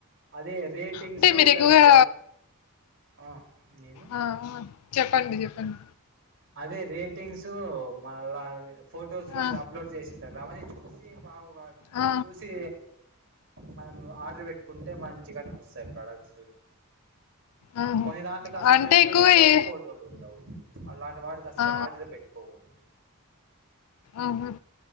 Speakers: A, on the right (about 55°); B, on the left (about 80°).
A: అదే రేటింగ్సు
B: అంటే మీరు
A: ప్లస్
B: ఎక్కువగా
A: ఆ నేను
B: ఆ ఆ చెప్పండి చెప్పండి
A: అదే రేటింగ్స్ మళ్ళ అదే ఫొటోస్ కానీ
B: ఆ
A: అప్లోడ్ చేసినంటారు అవన్నీ చూసి బా
B: ఆ
A: చూసి మనం ఆర్డర్ పెట్టుకుంటే మంచిగానే వస్తాయి ప్రోడక్ట్స్
B: ఆహా
A: కొన్ని దాంట్కి అసలు
B: అంటే
A: రివ్యూలు
B: ఎక్కువ
A: ఉండవు
B: ఏ
A: ఫోటోలు ఉండవు అలాంటి వాటికి అసలు
B: ఆ
A: ఆర్డర్ పెట్టుకోకూడదు
B: ఆహ